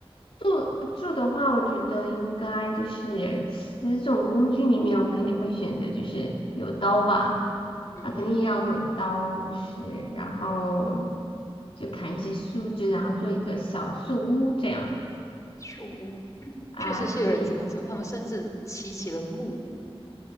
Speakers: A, on the left (about 65°); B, on the left (about 30°).
A: 住住的话，我觉得应该就是十种工具里面，我肯定会选择就是有刀吧，
B: 嗯哼，
A: 啊，肯定要有刀，就是然后就砍一些树枝，然后做一个小树屋这样
B: 树屋
A: 啊，
B: 确实是有人这么做，
A: 对
B: 他们甚至起起了木屋，